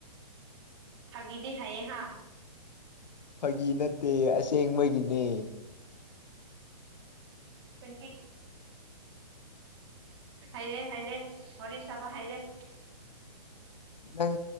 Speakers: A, on the right (about 40°); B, on the left (about 85°).
A: ꯐꯥꯒꯤꯅꯦ ꯍꯥꯏꯌꯦ ꯍꯥ
B: ꯐꯥꯒꯤ ꯅꯠꯇꯦ ꯑꯁꯦꯡꯕꯒꯤꯅꯦ
A: ꯀꯤ ꯍꯩꯔꯦ ꯍꯩꯔꯦ ꯍꯣꯔꯁꯕ ꯍꯥꯏꯩꯔꯦ
B: ꯅꯪ